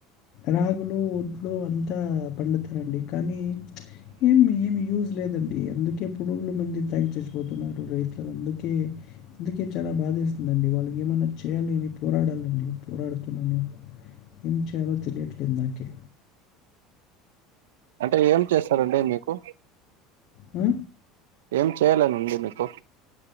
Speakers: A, on the left; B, on the right.
A: రాగులు ఒడ్లు అంతా పండుతారండి కానీ ఏమి ఏమి యూస్ లేదండి అందుకే పురుగుల మంది తాగి చచ్చిపోతున్నారు రైతులు అందుకే అందుకే చాలా బా దేస్తుందండి వాళ్ళకి ఏమన్నా చేయాలి అని పోరాడాలండి పోరాడుతున్నాను ఎం చ్ చేయలో తెలిట్లేద్ నాకే
B: అంటే ఏం చేస్తారండి మీకు
A: అ
B: ఏం చేయాలనుంది మీకు